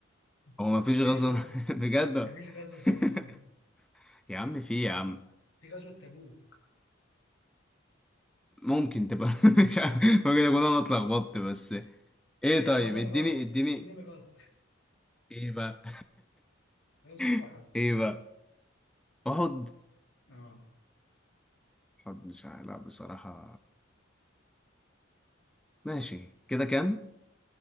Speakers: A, in the centre; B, on the left.
A: هو
B: <laughs>
A: ما فيش
B: مفيش
A: غزل
B: غزوة
A: <laughs> بجد
B: مفيش غزوة اسمها تبارك
A: <laughs> يا عم في يا عم
B: في غزوة تبوك
A: ممكن تبقى <laughs> مش عارف ممكن اكون انا اتلخبطت بس ايه
B: هي
A: طيب
B: عامة
A: اديني
B: غلط
A: اديني
B: الاتنين غلط
A: ايه بقى
B: غزوة
A: <laughs>
B: أحد
A: ايه بقى احد
B: أه
A: احد مش عارف لا بصراحة ماشي كده كام